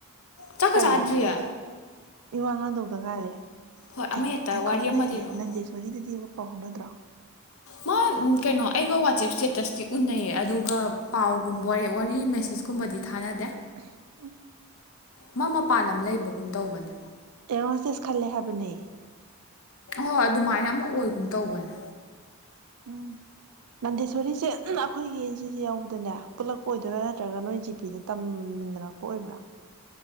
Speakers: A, on the left; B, on the right.
A: ꯆꯥꯛꯀ
B: ꯀꯔꯤ
A: ꯆꯥꯗꯔ꯭ꯤꯌ
B: ꯃꯤ ꯋꯥ ꯉꯥꯡꯗꯧꯗ ꯉꯥꯏꯔꯦ
A: ꯍꯣꯏ ꯑꯃ
B: ꯑꯦ
A: ꯍꯦꯛꯇ
B: ꯍꯥꯏꯈꯣ
A: ꯋꯥꯔꯤ
B: ꯅꯩ
A: ꯑꯃ ꯂꯤꯔꯛꯑꯣ
B: ꯅꯟꯗꯦꯁꯣꯔꯤꯗꯨꯗꯤ ꯄꯥꯎꯍꯥꯎꯅꯗꯔꯣ
A: ꯃꯥ ꯀꯩꯅꯣ ꯑꯩꯒ ꯋꯥꯆꯦꯞ ꯁ꯭ꯇꯦꯇꯁꯇꯤ ꯎꯅꯩꯌꯦ ꯑꯗꯨꯒ ꯄꯥꯎꯒꯨꯝꯕ ꯋꯥꯔꯤ ꯃꯦꯁꯦꯁ ꯀꯨꯝꯕꯗꯤ ꯊꯥꯅꯗꯦ
B: ꯑꯍꯦ ꯎꯝ
A: ꯃ ꯃꯄꯥꯟ ꯂꯝ ꯂꯩꯕꯒꯨꯝ ꯇꯧꯕꯅꯦ
B: ꯑꯦꯌꯔ ꯍꯣꯁꯇꯦꯁ ꯈꯜꯂꯦ ꯍꯥꯏꯕꯅꯦ
A: ꯍꯣ ꯍꯣꯏ ꯑꯗꯨꯃꯥꯏꯅ ꯑꯃ ꯑꯣꯏꯒꯨꯝ ꯇꯧꯕꯅꯦ
B: ꯎꯝ ꯅꯟꯗꯦꯁꯣꯔꯤꯁꯦ ꯑꯈꯣꯏꯒꯤ ꯑꯦꯟꯁꯤꯁꯤ ꯌꯥꯎꯕꯗꯅꯦ ꯄꯨꯜꯂꯛꯄ ꯑꯣꯏꯗꯣꯏꯔꯥ ꯅꯠꯇ꯭ꯔꯒ ꯅꯣꯏ ꯖꯤꯄꯤꯗ ꯇꯝ ꯃꯤꯟꯅꯔꯛꯄ ꯑꯣꯏꯕ꯭ꯔꯥ